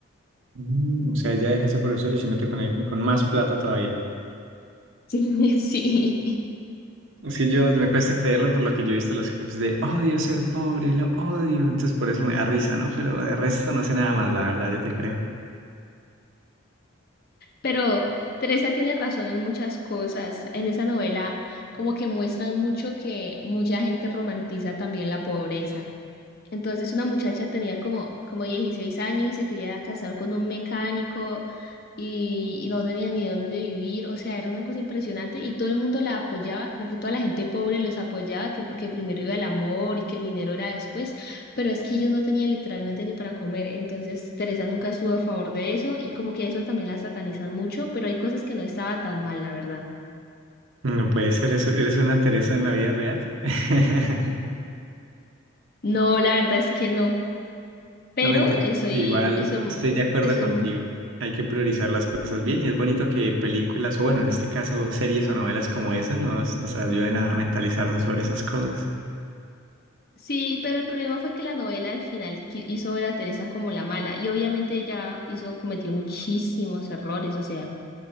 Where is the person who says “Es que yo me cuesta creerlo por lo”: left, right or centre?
Right